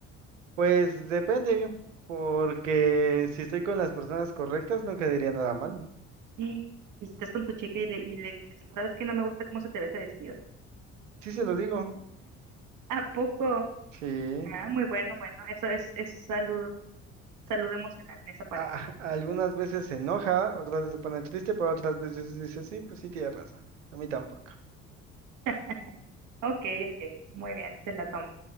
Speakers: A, on the right (about 80°); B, on the right (about 55°).
A: Pues depende, porque si estoy con las personas correctas, nunca diría nada malo.
B: Y y si estás con tu chica y le, y le dices, "No ¿sabes que No me gusta cómo se te ve este vestido.
A: Sí, se lo digo.
B: ¿A poco?
A: Sí.
B: Ah, muy bueno, bueno. Eso es, es salud, salud emocional en esa pareja.
A: Ah, algunas veces se enoja, otras veces se pone triste, pero otras veces dice, sí, pues sí, tiene razón. A mí tampoco.
B: <laughs> Ok, ok. Muy bien, te la tomo.